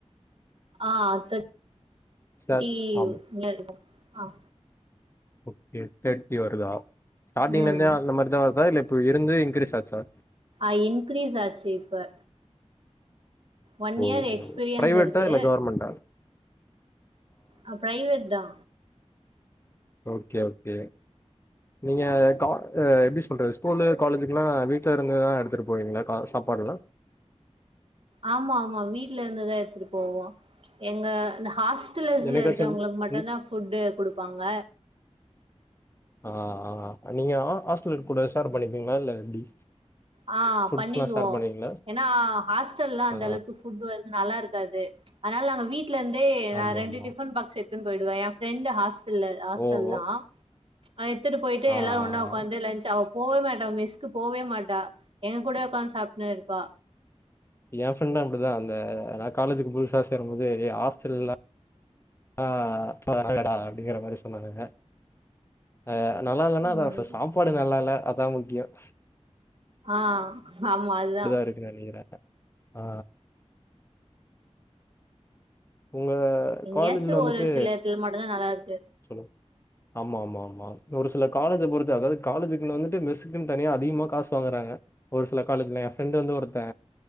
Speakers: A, on the right; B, on the left.
A: ஆ தர்
B: சார்
A: ட்டி
B: ஆம்
A: நியர் இக்கு ஆ
B: ஓகே தேட்டி வருதா ஸ்டாட்டிங்லந்தே
A: ம்
B: அந்த மாரிதா வருதா இல்ல இப் ப இருந்து இன்கிரீஸ் ஆச்சா?
A: அ இன்கிரீஸ் ஆச்சு இப்ப ஒன்
B: ஓ
A: இயர் எக்ஸ்பீரியன்ஸ்
B: பிரைவேட்டா
A: இருக்கு
B: இல்ல கவர்மெண்ட்டா?
A: அ பிரைவேட் தா
B: ஓகே ஓகே நீங்க கா அ எப்டி சொல்றது ஸ்கூலு காலேஜுக்குலா வீட்லருந்துதா எடுத்துட்டு போவீங்ளா கா சாப்பாடுல்லா
A: ஆமா ஆமா வீட்லருந்துதா எத்துட்டு போவோ எங்க இந்த ஹாஸ் டலஸ்ல
B: என்னைக்காச்சு
A: இருக்கவங்ளுகு மட்டுந்தா
B: ம்
A: ஃபுட்டு குடுப்பாங்க
B: ஆ ஆ நீங்க அ ஹாஸ்டலர் கூட சேர் பண்ணிப்பீங்களா இல்ல எப்டி
A: ஆ
B: ஃபுட்ஸ்ல்லா
A: பண்ணிக்குவோம்
B: ஷேர் பண்ணுவீங்களா
A: எனா ஹாஸ்டல்ல அந்த
B: ஆ
A: அளவுக்கு புட் வந்து நல்லாருக் காது அதுனால நாங்க வீட் லந்தே நா
B: ஆமா
A: ரெண்டு
B: ஆமா
A: டிபன் பாக்ஸ் எடுத் துன் போய்டுவே ஏ ஃபிரெண்டு ஹாஸ் துள்ள ஹாஸ்டல்
B: ஓ ஓ
A: தா அத எத்துட்டு போயிட்டு
B: ஆ ஆ
A: எல்லாரும் ஒன்ன ஒக்காந்து லன்ச் சாப் போவே மாட்டா மெஸ்க்கு போவே மாட்டா எங்க கூட ஒக்காந் சாப்டுன் இருபா
B: ஏ ஃபிரெண்ட்டு அப்டிதா இந்த அத காலேஜ்க்கு புதுசா சேரும் போது ஹாஸ்டல்லா ஆ வரதடா அப்டிங்ற மாரி சொன்னானுங்க அ நல்லா இல்லனா
A: ம்
B: அத சாப்பாடு நல்லால்ல அதா முக்கியோம்
A: ஆ ஆமா அதுதா
B: இருக்குன்னு நெனைக்கிறே ஆ உங்க
A: எங்கேயாச்சும்
B: காலேஜ்ல வந்துட்டு
A: ஒரு சில எடத்துல மட்டுந்தா நல்லாருக்கு
B: சொல்லுங்க ஆமா ஆமா ஆமா ஒரு சில காலேஜ பொறுத்து அதாவுது காலேஜுக்குள்ள வந்துட்டு மெஸ்ஸுக்குன் தனியா அதிகமா காசு வாங்குறாங்க ஒரு சில காலேஜ்ல ஏ ஃபிரெண்டு வந்து ஒருத்தே